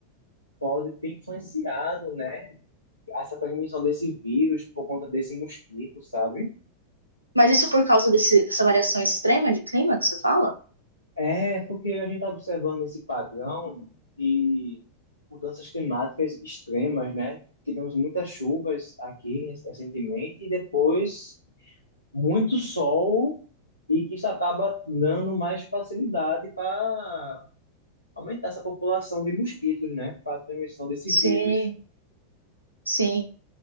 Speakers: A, on the left (about 85°); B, on the right (about 85°).
A: pode ter influenciado, né, essa transmissão desse vírus por conta desse mosquito, sabe?
B: Mas isso por causa desse- dessa variação extrema de clima que você fala?
A: É, porque a gente está observando esse padrão de mudanças climáticas extremas, né? Tivemos muitas chuvas aqui recentemente e depois muito sol e que isso acaba dando mais facilidade para aumentar essa população de mosquitos, né? Para a transmissão desse vírus.
B: Sim, sim.